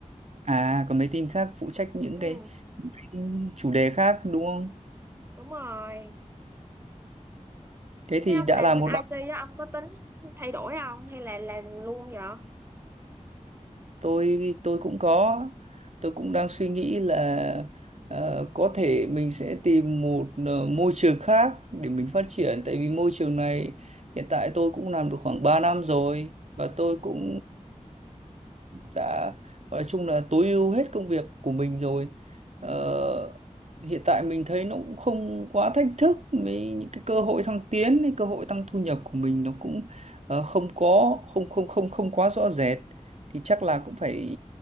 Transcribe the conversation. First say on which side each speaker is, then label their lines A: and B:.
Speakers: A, on the right (about 60°); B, on the right (about 20°).
A: à còn mấy team khác phụ trách những
B: Ừ.
A: cái, những cái chủ đề khác đúng không?
B: Đúng rồi.
A: Thế
B: Thế
A: thì
B: ông
A: đã
B: làm
A: là một
B: bên i IT á, ông có tính thay đổi không hay là làm luôn vậy?
A: tôi tôi cũng có tôi cũng đang suy nghĩ là ờ, có thể mình sẽ tìm một ờ, môi trường khác để mình phát triển tại vì môi trường này hiện tại tôi cũng làm được khoảng 3 năm rồi và tôi cũng đã nói chung là tối ưu hết công việc của mình rồi ờ, hiện tại mình thấy nó cũng không quá thách thức mấy những cái cơ hội thăng tiến cái cơ hội tăng thu nhập của mình nó cũng ờ, không có không không không không quá rõ rệt thì chắc là cũng phải